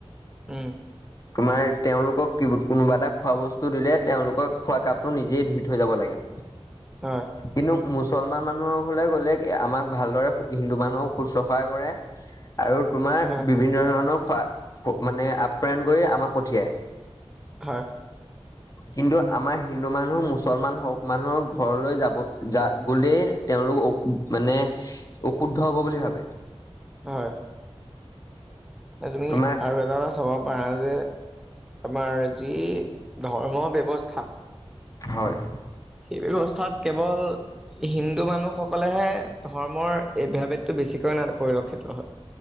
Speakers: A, in the centre; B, on the left.
A: উম।
B: তোমাৰ তেওঁলোকক কোনোবা এটা খোৱা বস্তু দিলে, তেওঁলোকক খোৱা কাপটো নিজেই ধুই থৈ যাব লাগে।
A: হয়।
B: কিন্তু মুছলমান মানুহৰ ঘৰলৈ গ'লে- আমাক ভালদৰে হিন্দু মানুহক শুশ্ৰূষা কৰে আৰু তোমাৰ
A: হয়,
B: বিভিন্ন ধৰণৰ- কোৱা মানে আপ্যায়ন কৰি আমাক পঠিয়ায়।
A: হয়।
B: কিন্তু আমাৰ হিন্দু মানুহ, মুছলমান মানুহৰ ঘৰলৈ যাব য গলে তেওঁলোক- মানে অশুদ্ধ হব বুলি ভাবে।
A: হয়। এতিয়া তুমি
B: তোমাৰ
A: আৰু এটা কথা চাব পাৰা যে- আমাৰ যি ধৰ্ম ব্যৱস্থা
B: হয়।
A: সেই ব্যৱস্থাত কেৱল- হিন্দু মানুহসকলেহে ধৰ্মৰ এই ভেদা -ভেদটো বেছি- পৰিলক্ষিত হয়।